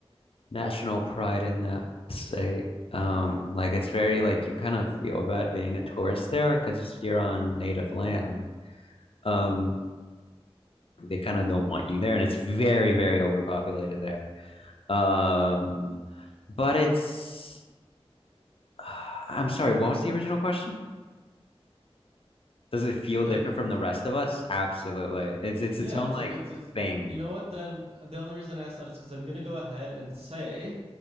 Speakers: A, on the left; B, on the right.
A: national pride in that state. Um, like it's very like you kind of feel bad being a tourist there because you're on native land. Um, they kind of don't want you there, and it's very, very overpopulated there. Um, but it's <sighs> I'm sorry, what was the original question? Does it feel
B: like
A: different from the rest of us? Absolutely.
B: I,
A: It's it's
B: yeah,
A: its Yeah. own
B: it's
A: like
B: like it's, it's
A: thing.
B: you know what? Then the only reason I asked that is because I'm gonna go ahead and say